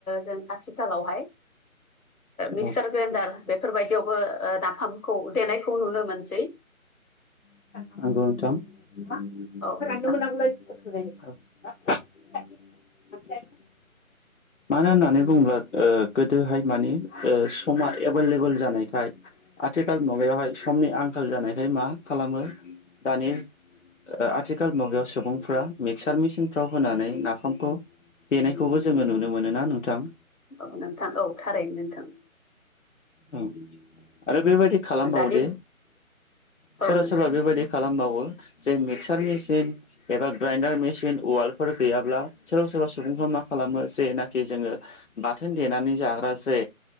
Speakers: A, on the left (about 75°); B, on the left (about 60°).
A: जों आथिखालावहाय
B: औ
A: मिक्सार ग्रेन्डार बेफोरबायदियावबो नाफामखौ देनायखौ नुनो मोनसै। सै
B: <unintelligible>
A: औ नोंथां ओ,
B: <unintelligible> मानो होननानै बुङोब्ला ओ गोदोहाय मानि ओ समा एभलेबल जानायखाय आथिखाल मुगायावहाय समनि आंखाल जानायखाय मा खालामो दानि आथिखाल मुगायाव सुबुंफ्रा मिक्सार मेचिनफ्राव होनानै नाफामखौ देनायखौबो जोङो नुनो मोनो ना नोंथां।
A: औ नोंथां औ थारैनो नोंथां।
B: औ आरो बेबायदि खालामबावोदि
A: ओ, दानि
B: सोरबा
A: औ नोंथां
B: सोरबा बेबायदि खालामबावो जे मिक्सार मेसिन एबा ग्राइनडार मेसिन उवालफोर गैयाब्ला सोरबा सोरबा सुबुंफ्रा मा खालामो जेनाखि जोङो बाथोन देनानै जाग्रासो